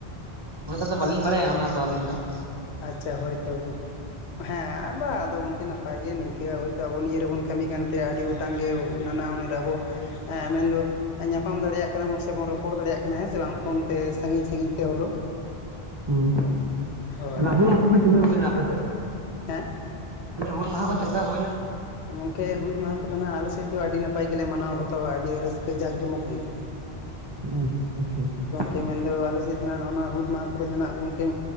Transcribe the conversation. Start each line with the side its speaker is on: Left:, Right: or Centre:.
Right: ᱩᱱᱟᱹᱴᱟᱜ ᱫᱚ ᱵᱟᱹᱞᱤᱧ ᱵᱟᱲᱟᱭᱟ ᱚᱱᱟᱫᱚ ᱟᱹᱞᱤᱧ ᱫᱚ ᱾
Left: ᱟᱪᱪᱷᱟ, ᱦᱳᱭ ᱛᱚ ᱜᱚᱝᱠᱮ ᱦᱮᱸ, ᱵᱟᱝ ᱟᱫᱚ ᱜᱚᱝᱠᱮ ᱱᱟᱯᱟᱭ ᱜᱮ ᱱᱤᱝᱠᱟᱹ ᱦᱳᱭᱛᱳ ᱟᱵᱚ ᱱᱤᱭᱟᱹ ᱨᱮᱵᱚᱱ ᱠᱟᱹᱢᱤ ᱠᱟᱱᱛᱮ ᱟᱹᱰᱤ ᱢᱤᱫᱴᱟᱝ ᱜᱮ ᱱᱟᱱᱟ ᱦᱩᱱᱟᱹᱨ ᱟᱵᱚ ᱢᱮᱱᱫᱚ ᱧᱟᱯᱟᱢ ᱫᱟᱲᱮᱭᱟᱜ ᱠᱟᱱᱟ ᱵᱚᱱ ᱥᱮ ᱵᱚᱱ ᱨᱚᱯᱚᱲ ᱫᱟᱲᱮᱭᱟᱜ ᱠᱟᱱᱟ ᱾ ᱦᱮᱸ ᱥᱮ ᱵᱟᱝ? ᱯᱷᱳᱱ ᱛᱮ ᱥᱟᱹᱜᱤᱧ ᱥᱟᱹᱜᱤᱧ ᱛᱮ ᱦᱚᱞᱮᱣ
Right: ᱦᱩᱸ,
Left: ᱦᱳᱭ
Right: ᱦᱩᱞ ᱢᱟᱦᱟ ᱪᱮᱫ ᱞᱮᱠᱟ ᱦᱩᱭᱮᱱᱟ ᱟᱯᱮ ᱥᱮᱫ?
Left: ᱦᱮᱸ ᱾
Right: ᱦᱩᱞ ᱢᱟᱦᱟ ᱠᱚ ᱪᱮᱫᱞᱮᱠᱟ ᱦᱩᱭᱱᱟ?
Left: ᱜᱚᱝᱠᱮ ᱦᱩᱞ ᱢᱟᱦᱟ ᱠᱚᱫᱚ ᱦᱟᱸᱜ ᱟᱞᱮ ᱥᱮᱫ ᱫᱚ, ᱟᱹᱰᱤ ᱱᱟᱯᱟᱭ ᱜᱮᱞᱮ ᱢᱟᱱᱟᱣ ᱵᱟᱛᱟᱣᱟ ᱟᱹᱰᱤ ᱨᱟᱹᱥᱠᱟᱹ ᱡᱟᱠ ᱡᱚᱢᱚᱠ ᱜᱮ ᱾
Right: ᱟᱪᱪᱷᱟ ᱟᱪᱪᱷᱟ ᱟᱪᱪᱷᱟ ᱾
Left: ᱪᱮ ᱢᱮᱱ ᱫᱚ ᱟᱞᱮ ᱥᱮᱫ ᱫᱚ ᱱᱚᱜᱼᱚᱱᱟ ᱦᱩᱞ ᱢᱟᱦᱟ ᱠᱚᱨᱮ ᱫᱚ ᱱᱟᱜ ᱜᱚᱝᱠᱮ